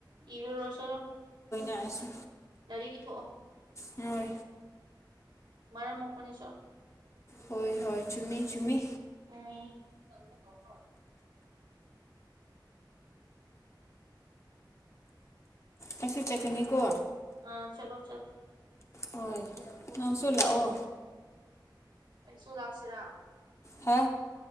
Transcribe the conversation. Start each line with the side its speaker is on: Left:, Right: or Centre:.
Right: ꯏꯔꯨꯔꯣ ꯆꯠꯂꯣ
Left: ꯑꯩꯁꯨ
Right: ꯂꯥꯏꯔꯤꯛ ꯏꯊꯣꯛꯑꯣ
Left: ꯍꯣꯏ
Right: ꯃꯔꯝ ꯃꯣꯛꯄꯅꯤ ꯆꯣ
Left: ꯍꯣꯏ-ꯍꯣꯏ ꯆꯨꯝꯃꯤ-ꯆꯨꯝꯃꯤ
Right: INAUDIBLE
Left: ꯑꯩꯁꯨ ꯆꯠꯀꯅꯤꯀꯣ
Right: ꯑꯥ ꯆꯠꯂꯣ ꯆꯠꯂꯣ
Left: ꯍꯣꯏ ꯅꯪꯁꯨ ꯂꯥꯛꯑꯣ
Right: ꯑꯩꯁꯨ ꯂꯥꯛꯁꯤꯔ
Left: ꯍꯥ